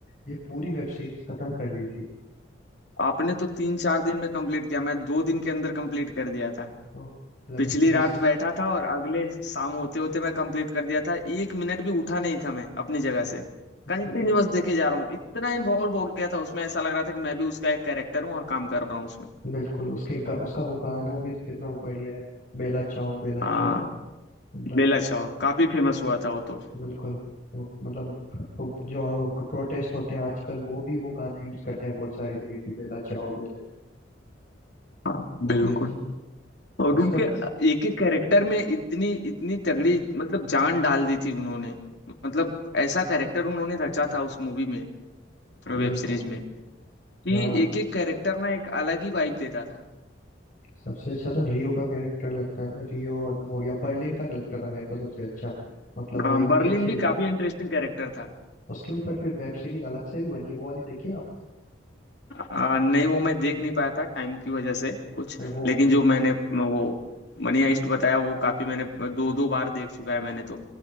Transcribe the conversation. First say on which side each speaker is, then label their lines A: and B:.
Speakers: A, on the left (about 40°); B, on the left (about 60°).
A: ये पूरी वेब सीरीज खत्म कर ली थी
B: आपने तो तीन चार दिन में कंप्लीट किया मैं दो दिन के अंदर कंप्लीट कर दिया था
A: ओह, लगभग
B: पिछली
A: तीस
B: रात बैठा था और अगले शाम होते होते मैं कंप्लीट कर दिया था एक मिनट भी उठा नहीं था मैं अपनी जगह से
A: बिल्कुल
B: कंटिन्यूअस देखे जा रहा हूँ इतना इन्वॉल्व हो गया था उसमें ऐसा लग रहा था कि मैं भी उसका एक कैरेक्टर हूँ और काम कर रहा हूँ उसमें
A: बिल्कुल उसके गा, उसका वो गाना भी तो कितना बढ़िया है बेला चाओ बेला
B: हाँ
A: चाओ मतलब
B: बेला चाओ काफी फेमस हुआ था वो तो
A: बिल्कुल वो- मतलब को- जो प्रोटेस्ट होते हैं आजकल वो भी वो गाना यूज करते हैं बहुत सारी जगह की बेला चाओ बेला
B: हाँ
A: वो
B: बिल्कुल
A: भी अच्छी
B: और
A: उसका
B: उनके एक एक कैरेक्टर में इतनी इतनी तगड़ी मतलब जान डाल दी थी उन्होंने मतलब ऐसा कैरेक्टर उन्होंने रचा था उस मूवी में वेब
A: बिल्कुल
B: सीरीज में कि
A: हाँ
B: एक एक कैरेक्टर ना एक अलग ही वाइब देता था
A: सबसे अच्छा तो रियो का कैरेक्टर लगता है रियो हो गया बर्लिन का लगता था मेरे को सबसे अच्छा मतलब वो
B: अ,
A: इतनी
B: बर्लिन
A: अच्छी
B: भी काफी इंटरेस्टिंग कैरेक्टर था
A: उसके ऊपर फिर वेब सीरीज अलग से भी बनी है वो वाली देखी है आपने
B: अ, नहीं वो मैं देख नहीं पाया था टाइम की वजह से कुछ
A: अरे वो
B: लेकिन जो मैंने वो मनी हाइस्ट बताया वो काफी मैंने दो दो बार देख चुका है मैंने तो